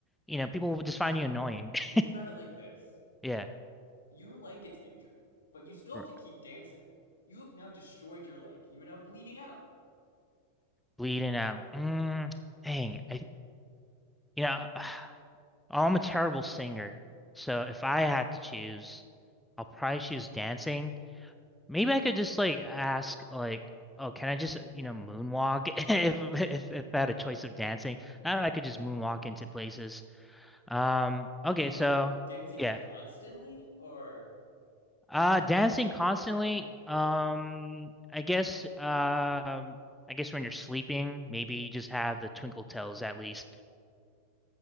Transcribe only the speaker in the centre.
you
know, people
will just find you annoying. <laughs>
Yeah.
R-
Bleeding out. Mm, dang. I, you know, <sighs> I'm a terrible singer. So if I had to choose, I'll probably choose dancing. Maybe I could just like ask like, oh, can I just, you know, moonwalk <laughs> if if if I had a choice of dancing? I I could just moonwalk into places. Um, okay,
so
yeah.
Uh dancing constantly. Um, I guess um I guess when you're sleeping, maybe you just have the twinkle toes at least.